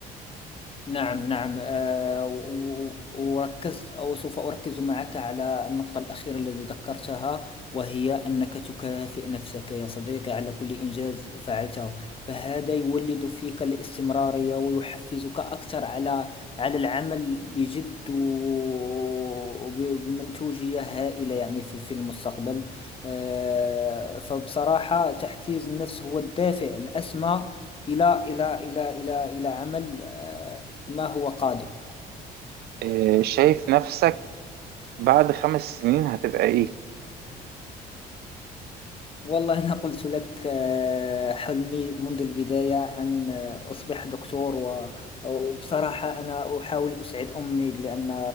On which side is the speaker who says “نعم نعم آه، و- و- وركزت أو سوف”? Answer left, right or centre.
Left